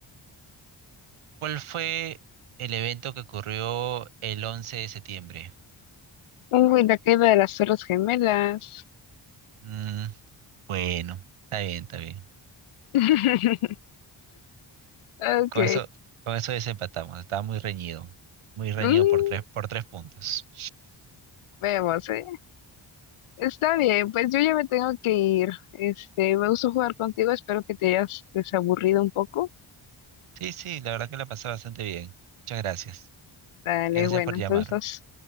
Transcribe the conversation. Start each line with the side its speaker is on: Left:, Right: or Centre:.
Right: ¿cuál fue el evento que ocurrió el 11 de septiembre?
Left: Uy, la caída de las Torres Gemelas.
Right: Mm, bueno, está bien, está bien.
Left: <laughs> Ok.
Right: Con eso, con eso desempatamos. Estaba muy reñido. Muy reñido
Left: Mm,
Right: por tres, por tres puntos.
Left: vemos, ¿eh? Está bien, pues yo ya me tengo que ir. Este, me gustó jugar contigo, espero que te hayas desaburrido un poco.
Right: Sí, sí, la verdad que la pasé bastante bien. Muchas gracias.
Left: Dale,
Right: Gracias
Left: bueno,
Right: por
Left: entonces
Right: llamar.
Left: nos